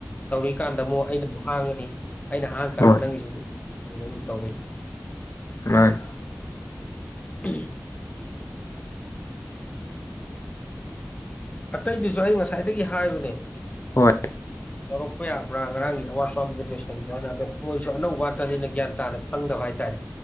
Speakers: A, on the left (about 30°); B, on the left (about 75°).
A: ꯇꯧꯔꯤꯀꯥꯟꯗ ꯑꯃꯨꯛ ꯑꯩꯅ ꯑꯃꯨꯛ ꯍꯥꯡꯉꯅꯤ ꯑꯩꯅ ꯍꯥꯡꯉ ꯀꯥꯟꯗ
B: ꯍꯣꯏ
A: ꯅꯪꯒꯤ ꯁꯨ ꯑꯃꯨꯛ ꯑꯗꯨꯝ ꯇꯧꯅꯤ
B: ꯃꯥꯅꯤ
A: ꯎꯝ ꯑꯇꯩꯗꯨꯁꯨ ꯑꯩ ꯉꯁꯥꯏꯗꯒꯤ ꯍꯥꯏꯕꯅꯦ
B: ꯍꯣꯏ
A: ꯇꯧꯔꯛꯄ ꯌꯥꯕ꯭ꯔꯥ ꯉꯔꯥꯡꯒꯤ ꯑꯋꯥꯠ ꯑꯃꯗꯣ ꯂꯣꯏꯁꯟꯗꯅ ꯑꯗꯣ ꯃꯣꯏꯁꯨ ꯑꯅꯧꯕ ꯋꯥꯇꯅꯤꯅ ꯒ꯭ꯌꯥꯟ ꯇꯥꯅ ꯈꯪꯗꯕ ꯍꯥꯏꯇꯥꯔꯦ